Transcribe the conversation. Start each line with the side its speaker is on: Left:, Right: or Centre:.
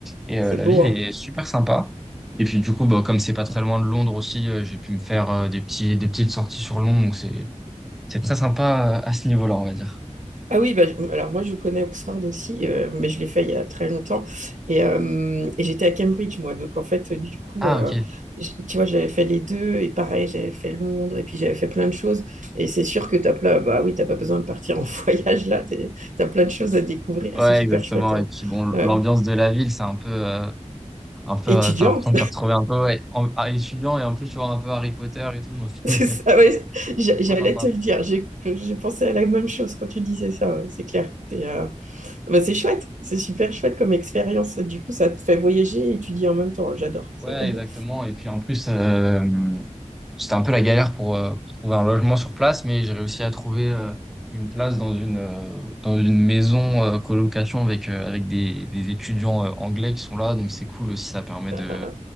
Centre: Et
Right: c'est
Centre: euh, la
Right: beau,
Centre: ville
Right: hein.
Centre: est super sympa. Et puis du coup, bah, comme c'est pas très loin de Londres aussi, euh, j'ai pu me faire euh, des petits, des petites sorties sur Londres. Donc c'est, c'est très sympa euh, à ce niveau-là, on va dire.
Right: Ah oui, bah, alors moi je connais Oxford aussi, euh, mais je l'ai fait il y a très longtemps. Et, euh, et j'étais à Cambridge, moi. Donc en fait, du coup,
Centre: Ah
Right: euh,
Centre: ok.
Right: j- tu vois, j'avais fait les deux, et pareil, j'avais fait Londres, et puis j'avais fait plein de choses. Et c'est sûr que t'as plein, bah oui, t'as pas besoin de partir en <laughs> voyage là, t'es- t'as plein de choses à découvrir,
Centre: Ouais,
Right: c'est super
Centre: exactement.
Right: chouette.
Centre: Et puis bon,
Right: ouais.
Centre: l'ambiance
Right: Euh,
Centre: de la ville, c'est un peu, euh, un peu,
Right: étudiant,
Centre: euh, t'as l'impression de te retrouver un peu ouais, en, à étudiant et en plus tu vois un peu Harry Potter et tout. Donc
Right: <laughs>
Centre: <laughs>
Right: c'est
Centre: c'est
Right: ça, ouais, j'-
Centre: trop
Right: j'allais
Centre: sympa.
Right: te le dire, j'ai j'ai pensé à la même chose quand tu disais ça, ouais, c'est clair. T'es, euh, Bah, c'est chouette, c'est super chouette comme expérience. Du coup, ça te fait voyager et étudier en même temps. J'adore. C'est
Centre: Ouais,
Right: <laughs>
Centre: exactement. Et puis en plus, euh, c'était un peu la galère pour, euh, pour trouver un logement sur place, mais j'ai réussi à trouver euh, une place dans une, euh, dans une maison euh, colocation avec, euh, avec des, des étudiants euh, anglais qui sont là. Donc c'est cool aussi, ça permet
Right: euh,
Centre: de,